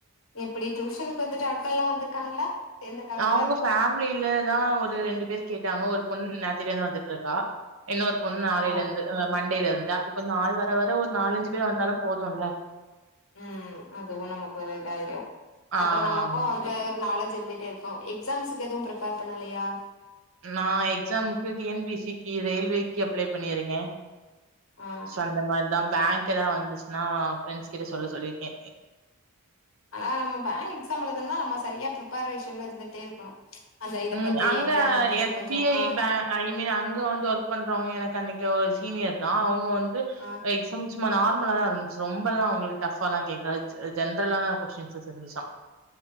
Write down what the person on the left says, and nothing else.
எப்டி டியூஷனுக்கு வந்துட்டு அக்கால்லா வந்திருக்காங்களா சேந்திருக்காங்களா
ஓ
உம் அதுவு நமக்கு ஒரு இதாயிடு
அப்றோ நமக்கு வந்து ஒரு நாலஞ்சு ச்சு இருந்துடே இருக்கு எக்ஸாம்ஸக்கு எதுவு ப்ரீப்பேர் பண்ணலயா
ஆ
ஆன நம்ம பேங்க் எக்ஸாம் எழுதனுனா நம்ம சரியா ப்ரிப்பரேஷன்ல இருந்துட்டே இருக்கணு அந்த இத
பத்தி
எக்ஸாம பத்தி
கொஞ்சோ
ஆ
ஆ